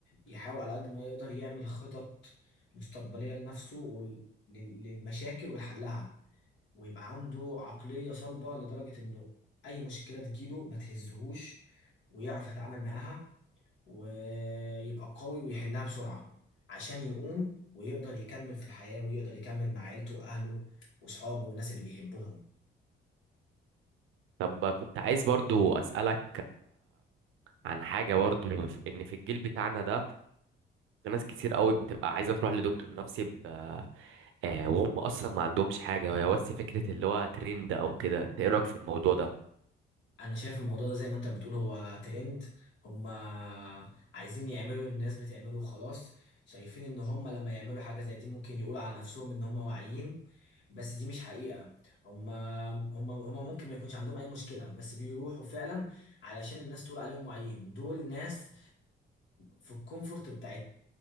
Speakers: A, on the left; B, on the right.
A: يحاول على قد ما يقدر يعمل خطط مستقبلية لنفسه وال... لل- للمشاكل والحلها ويبقى عنده عقلية صلبة لدرجة إنه أي مشكلة تجيله ما تهزهوش ويعرف يتعامل معاها ويبقى قوي ويحلها بسرعة عشان يقوم ويقدر يكمل في الحياة ويقدر يكمل مع عيلته وأهله وأصحابه والناس اللي بيحبهم
B: طب كنت عايز برضو اسألك عن حاجة برضو في- ان في الجيل بتاعنا ده في ناس كتير قوي بتبقى عايزة تروح لدكتور نفسي ب... آه وهم اصلا ما عندهمش حاجة هي بس فكرة اللي هو ترند او كده انت ايه رأيك في الموضوع ده
A: انا شايف الموضوع ده زي ما انت بتقول هو ترند هم عايزين يعملوا الناس بتعمله وخلاص شايفين ان هم لما يعملوا حاجة زي دي ممكن يقولوا على نفسهم ان هم واعيين بس دي مش حقيقة هم هم هم ممكن ما يكونش عندهم اي مشكلة بس بيروحوا فعلا علشان الناس تقول عليهم واعيين دول ناس في الكومفورت بتاعت